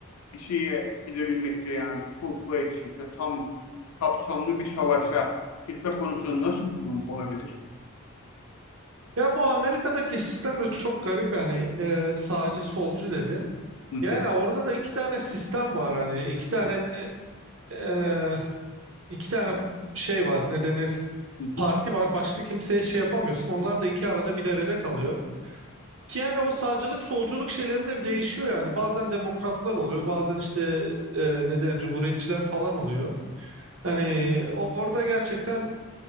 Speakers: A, on the left (about 85°); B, on the right (about 60°).
A: bir şeye gidebilmekte yani full fledged işte tam kapsamlı bir savaşa gitme konusunda nasıl bir durum olabilir?
B: Ya bu Amerika'daki sistem de çok garip yani e, sağcı solcu dedin.
A: Hı hı,
B: Yani orada da iki tane sistem var hani iki tane e, iki tane şey var ne denir
A: hı
B: parti
A: hı.
B: var başka kimseye şey yapamıyorsun. Onlar da iki arada bir derede kalıyor. Ki yani o sağcılık solculuk şeyleri de bir değişiyor yani. Bazen demokratlar oluyor, bazen işte e, ne cumhuriyetçiler falan oluyor. Hani orada gerçekten